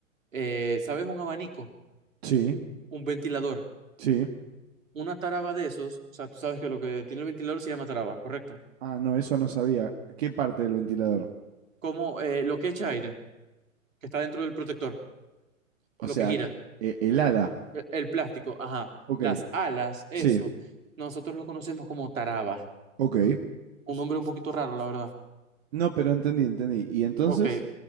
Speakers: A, on the right; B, on the right.
A: eh, ¿sabes un abanico?
B: Sí,
A: Un ventilador
B: sí.
A: una taraba de esos, o sea, tú sabes que lo que tiene el ventilador se llama taraba, ¿correcto?
B: Ah, no, eso no sabía. ¿Qué parte del ventilador?
A: Como eh, lo que echa aire, que está dentro del protector,
B: O
A: lo
B: sea,
A: que gira,
B: e- el ala.
A: e- el, plástico, ajá,
B: Ok,
A: las alas, eso,
B: sí,
A: nosotros lo conocemos como taraba,
B: ok.
A: un nombre un poquito raro, la verdad.
B: No, pero entendí, entendí. ¿Y entonces?
A: Ok,